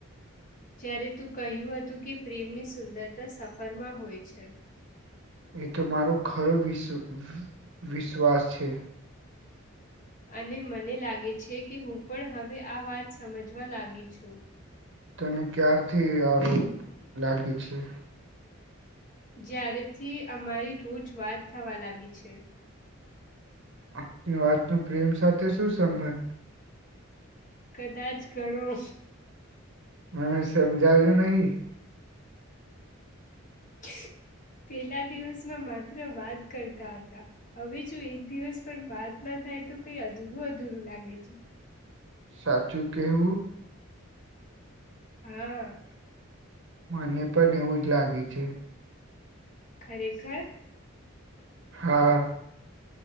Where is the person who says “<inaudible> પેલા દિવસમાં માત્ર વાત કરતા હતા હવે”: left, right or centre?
Left